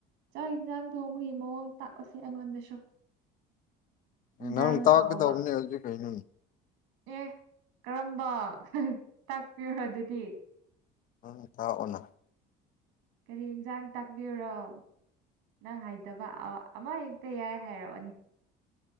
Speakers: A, on the right; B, on the left.
A: ꯆꯥꯛ ꯌꯦꯟꯁꯥꯡ ꯊꯣꯡꯕꯒꯤ ꯃꯑꯣꯡ ꯇꯥꯛꯑꯣꯁꯦ ꯑꯩꯉꯣꯟꯗꯁꯨ ꯏꯟꯁꯥꯡ
B: ꯑꯦ ꯅꯪ ꯇꯥꯛꯀꯗꯧꯕꯅꯦ
A: ꯍꯥꯎꯕ
B: ꯍꯧꯖꯤꯛ ꯀꯩꯅꯣꯅꯦ
A: ꯑꯦ ꯀꯔꯝꯕ ꯇꯥꯛꯄꯤꯔꯣ ꯑꯗꯨꯗꯤ
B: ꯅꯡꯅꯇꯛꯑꯣꯅ
A: ꯀꯔꯤ ꯏꯟꯁꯥꯡ ꯇꯥꯛꯄꯤꯎꯔꯣ ꯅꯪ ꯍꯥꯏꯇꯕ ꯑꯃꯍꯦꯛꯇ ꯌꯥꯏ ꯍꯥꯏꯔꯛꯑꯣꯅꯤ